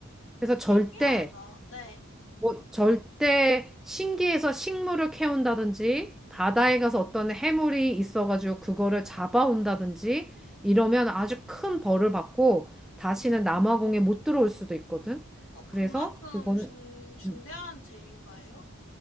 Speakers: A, in the centre; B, on the left (about 70°).
A: 그래서 절대
B: 신기하다. 네.
A: 뭐 절대 신기해서 식물을 캐온다든지 바다에 가서 어떤 해물이 있어가지고 그거를 잡아온다든지 이러면 아주 큰 벌을 받고 다시는
B: 음,
A: 남아공에 못 들어올 수도 있거든.
B: 어,
A: 그래서
B: 그만큼
A: 그거는
B: 중, 중대한
A: 음,
B: 죄인가요?